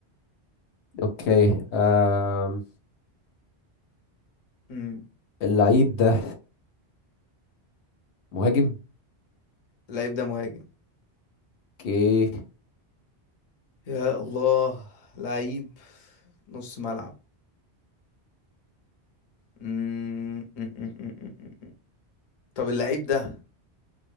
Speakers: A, on the left (about 80°); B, on the left (about 45°).
A: اوكي آم.
B: امم
A: اللعيب ده مهاجم
B: اللعيب ده مهاجم
A: اوكي
B: يا الله لعيب نص ملعب مم. مم، مم، مم، مم، مم. طب اللعيب ده